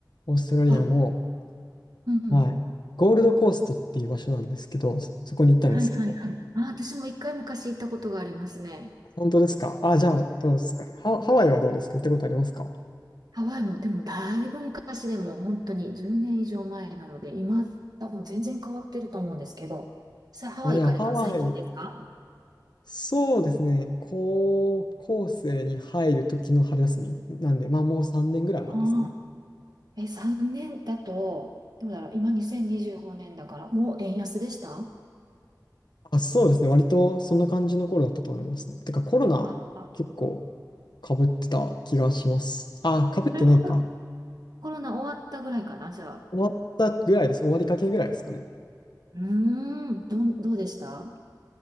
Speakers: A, on the left (about 85°); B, on the right (about 65°).
A: オーストラリアの、
B: あ、うん。
A: はい、ゴールドコーストっていう場所なんですけど、そ、そこに行ったんですけど。
B: はいはいはい。あ、私も一回昔行ったことがありますね。
A: 本当ですかあ、じゃあ、どうですかね。ハ、ハワイはどうですか行ったことありますか
B: ハワイも、でもだいぶ昔でも本当に10年以上前なので、今多分全然変わってると思うんですけど、さ、ハワイ行かれたの最近ですか
A: あ、じゃハワイ、そうですね。高校生に入る時の春休みなんで、まあもう3年ぐらい前ですね。
B: ああ。え、3年だと、どうだろう、今2025年だから、もう円安でした
A: あ、そうですね。割とそんな感じの頃だったと思いますね。てかコロナ結構
B: うわあ
A: 被ってた気がします。あ、被ってないか。
B: えココロナ終わったぐらいかな、じゃあ。
A: 終わったぐらいです。終わりかけぐらいですかね。
B: うーん、どん、どうでした